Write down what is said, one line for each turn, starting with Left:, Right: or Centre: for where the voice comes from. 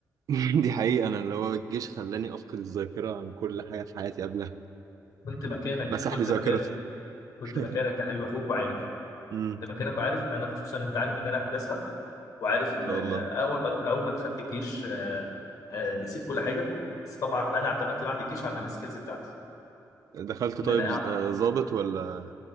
Right: <laughs> دي حقيقة انا اللي هو الجيش خلاني افقد الذاكرة عن كل حاجة في حياتي قبلها
Left: كنت مكانك
Right: مسح
Left: كنت
Right: لي ذاكرتي
Left: مكانك كنت
Right: <laughs>
Left: مكانك يا حبيبي اخوك وعارف
Right: امم
Left: زي ما كانك عارف انا خصوصا انت عارف ان انا هندسه وعارف
Right: ما
Left: ان
Right: شاء الله
Left: اول ما اول ما دخلت الجيش آه، آه، نسيت كل حاجه بس طبعا انا اعتمدت بعد الجيش على السكيلز بتاعتي
Right: دخلت
Left: ان
Right: طيب
Left: انا
Right: ز-
Left: أع-
Right: آه، ضابط ولا